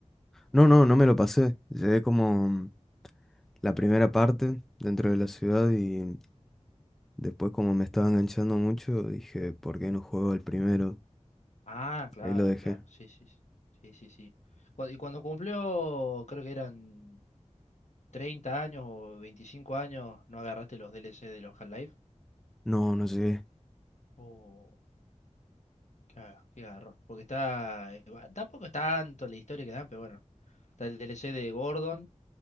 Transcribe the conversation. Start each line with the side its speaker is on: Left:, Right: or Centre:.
Centre: No, no, no me lo pasé. Llegué como la primera parte dentro de la ciudad y después como me estaba enganchando mucho, dije, ¿por qué no juego el primero?
Left: Ah, claro,
Centre: Ahí lo dejé.
Left: claro. Sí, sí, sí. Sí, sí, sí. Cu- Y cuando cumplió, creo que eran 30 años o 25 años, ¿no agarraste los DLC de los Half-Life?
Centre: No, no llegué.
Left: Oh, qué, qué garrón. Porque está. eh, va- Tampoco es tanto la historia que dan, pero bueno. Está el DLC de Gordon